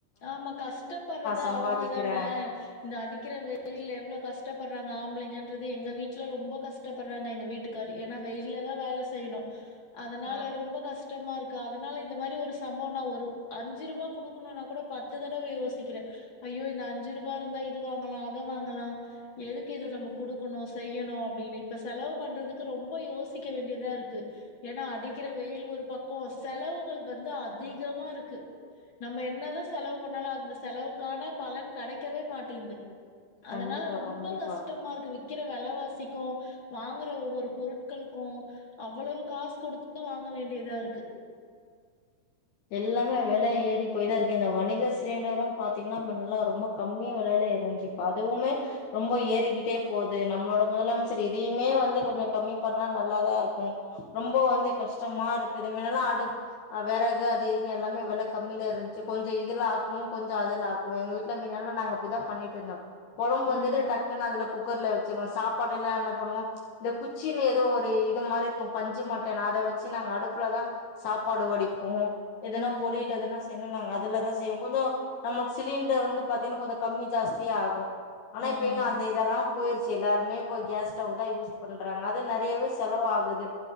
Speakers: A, on the left; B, on the left.
A: ஆமா கஷ்டப்படுறது
B: சம்பாதிக்கிறே
A: அவங்கதான ன்ன இந்த அடிக்கிற வெயில எவ்வளவு கஷ்டப்படுறாங்க ஆம்பள ங்கது எங்க வீட்டுல ரொம்ப கஷ்டப்படுறாங்க எங்க வீட்டுக்காரு ஏன்னா வெயிலதான் வேல செய்யணும் அதனால
B: ஆ
A: ரொம்ப கஷ்டமா இருக்கு அதனால இந்த மாதிரி ஒரு சம்பவம் நான் ஒரு அஞ்சு ரூபாக்கூட கொடுக்கணும்னா கூட பத்து தடவ யோசிக்கிறேன் ஐயோ இந்த அஞ்சு ரூபா இருந்தா இது வாங்கலாம் அத வாங்கலாம் எதுக்கு இத நம்ம கொடுக்கணும் செய்யணும் அப்படினு இப்ப செலவு பண்றதுக்கு ரொம்ப யோசிக்க வேண்டியதா இருக்கு ஏன்னா அடிக்கிற வெயில் ஒரு பக்கம் செலவுகள் வந்து அதிகமா இருக்கு நம்ம என்னதான் செலவு பண்ணாலும் அந்த செலவுக்கான பலன் கிடக்கவே மாட்டேங்கிது அதனால
B: கண்டிப்பா
A: ரொம்ப
B: கண்டிப்பா
A: கஷ்டமா இருக்கு விக்கிற விலவாசி கொ வாங்குற ஒவ்வொரு பொருட்களுக்கும் அவ்வளவு காசு கொடுத்து வாங்க வேண்டியதா இருக்கு
B: எல்லாமே வேல ஏறி போய்தான் இருக்கு இந்த விழைவசி சிலிண்டரும் பாத்தீங்கன்னா முன்னல்லா ரொம்ப கம்மிய விலயில இருஞ்சுப்ப அதுவுமே ரொம்ப ஏறிக்கிட்டே போகுது நம்மளோட முதலமைச்சர இதையுமே வந்து கொஞ்சம் கம்மி பண்ணா நல்லாதான் இருக்கும் ரொம்ப வந்து கஷ்டமா இருக்கு இது மினல்லாம் அடு் விறகு இதுங்க எல்லாமே வில கம்மில இருந்துச்சு கொஞ்சம் இதுல ஆக்குக்கும் கொஞ்சம் அதுல ஆக்குக்கும்வும் எங்க வீட்டுல முன்னாலாம் நாங்க அப்டிதான் பண்ணிட்டு இருந்தோம் கொழம்பு வைக்கிறதுதுல
A: ம்.
B: டக்குனு அதுல குக்கர்ல வச்சிருவோ சாப்பாடு எல்லா என்ன பண்ணுவோ இந்த குச்சின்னு ஏதோ ஒரு இது மாரி இருக்கும் பஞ்சு மட்டைன்னு அத வச்சு நாங்க அடுப்புலதா சாப்பாடு வடிப்போ எதனா
A: ம்.
B: பொரியல் எதுனா சன்ன நாங்க அதுலதா செய்வோ கொஞ்சோ நம்மளுக்கு சிலிண்டர் வந்து பாத்தீங்கன்னா கொஞ்ச கம்மி ஜாஸ்தியா ஆகு ஆனா
A: ம்.
B: இப்ப எங்க அந்த இதெல்லா போயிருச் எல்லாருமே இப்ப கேஸ் ஸ்டவ்தா யூஸ் பண்றாங்க அது நெறையவே செலவு ஆகுது